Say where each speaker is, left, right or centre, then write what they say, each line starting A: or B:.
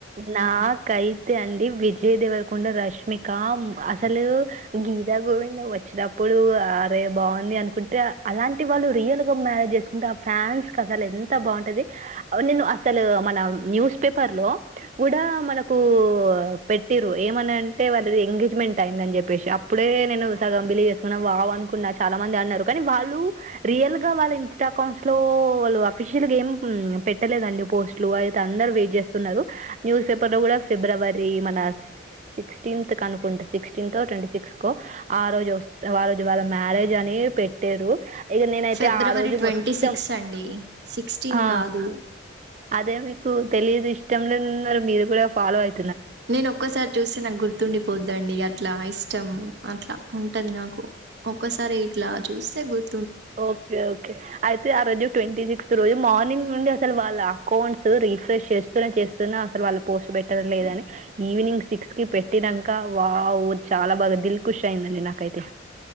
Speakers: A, on the right (about 40°); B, on the right (about 60°).
A: నా కై తే అండి విజయ్ దెవరకొండ రష్మిక అసలు గీతా గోవిందం వచ్చినప్ప డు అరే బాగుంది అనుకుంటే అలాంటి వాళ్ళు రియల్ గా మ్యారేజ్ చేసుకుంటే ఆ ఫ్యాన్స్ కసల్ ఎన్ ఎంత బాగుంటది నేను అసలు మన న్యూస్ పేపర్ లో కూడా మనకు పెట్టిర్రు ఏమని అంటే వాళ్ళది ఎంగేజ్మెంట్ అయిందని చెప్పేసి అప్ ప్పుడే నేను సగం బిలీవ్ చేసుకున్నా వావ్ అనుకున్నా చాలా మంది అన్నారు కానీ వాళ్ళు రియల్ గా వాళ్ళ ఇస్ా అకౌంట్స్ లో వాళ్ళు అఫిషియల్ గా ఏం పెట్టలేదండి పోస్ట్లు అయితే అందరు వెయిట్ చేస్తున్నారు న్యూస్ పేపర్ లో కూడా ఫిబ్రవరి మన సిక్స్టెంత్ కనుకుంటా సిక్స్టెంతో ట్వంటీ సిక్స్ కో ఆ రోజు ఒస్ ఆ రోజు వాళ్ళ మ్యారేజ్ అని వి పెట్టారు ఇగ నేనైతే
B: ఫిబ్రవరి
A: ఆ రోజు
B: ట్వంటీ
A: మొత్తం
B: సిక్స్ అండి సిక్స్టీన్
A: ఆ
B: కాదు
A: అదే మీకు తెలియదు ఇష్టంలో ఉన్నారు మీరు కూడా ఫాలో అయి
B: నేను ఒక్కసారి చూస్తే నాకు గుర్తుండిపోద్దండి అట్లా ఐస్ ష్టం అట్లా ఉంటది నాకు ఒక్కసారి ఇట్లా చూస్తే గుర్
A: ఓకే ఓకే అయితే ఆ రోజు ట్వంటీ సిక్స్త్ రోజు మార్నింగ్ నుండి అసలు వాళ్ళ అకౌంట్స్ రీఫ్రెష్ చేస్తునే చేస్తున్నా అసలు వాళ్ళ పోస్ట్ బెటర్ లేదని ఈవినింగ్ సిక్స్ కి పెట్టినంక వావ్ చాలా బాగా దిల్ ఖుష్ అయిందండి నాక్ కైతే